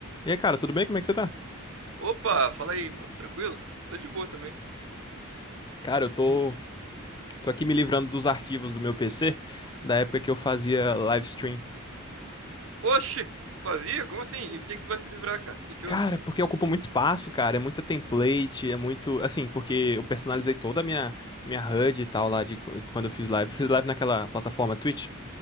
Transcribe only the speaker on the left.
E aí, cara, tudo bem? Como é que você tá?
Cara, eu tô, tô aqui me livrando dos arquivos do meu PC, da época que eu fazia live stream.
Cara,
porque ocupa muito espaço, cara, é muita template, é muito, assim, porque eu personalizei toda a minha minha HUD e tal lá de qu- quando eu fiz live. Eu fiz live naquela plataforma Twitch.